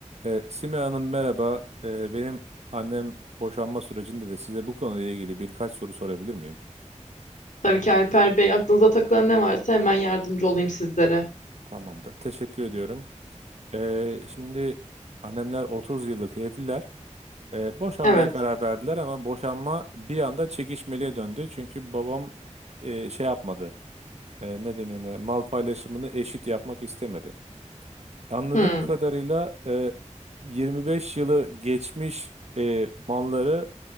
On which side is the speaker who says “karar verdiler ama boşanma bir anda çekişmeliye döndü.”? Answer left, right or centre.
Right